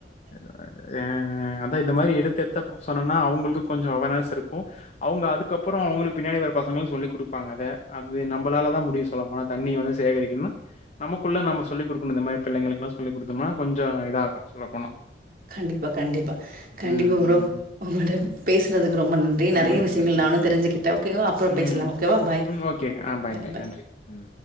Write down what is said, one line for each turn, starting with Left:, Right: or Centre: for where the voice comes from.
Left: ஆஹ் ஏ அதா இத மாரி எடுத் த்து த்து அப்போ சொன்னோன்னா அவங்களுக்கு கொஞ்சோ அவேர்னஸ் இருக்கும் அவங்க அதுக்கப்புறம் அவங்களுக்கு பின்னாடி வர பசங்களுக் சொல்லிக் கொடுப்பாங்க அத அது நம்ளால தா முடியும் சொல்ல போனா தண்ணி வந்து சேகரிக்கணும்ன்னா நமக்குள்ளே நம்ம சொல்லி கொடுக்கணும் இந்த மாரி பிள்ளங்களுக்குல்லா சொல்லி கொடுத்தோம்னா கொஞ்சோ இதாகு சொல்லப்போனா
Right: கண்டிப்பா கண்டிப்பா கண்டிப்பா
Left: ம்.
Right: ப்ரோ
Left: ம்.
Right: உங்களோட பேஸ் ஸ்னதுக்கு ரொம்ப நன்றி நெறைய
Left: ரொம்ப நன்றி.
Right: விஷயங்கள்
Left: ம்.
Right: நானு தெரிஞ்சுகிட்டே ஓகேவா அப்புறம்
Left: ம்.
Right: பேசலாம் ஓகேவா பாய்
Left: ம். ஓகே. ஆ
Right: ஓகே பாய்
Left: நன்றி. ம்.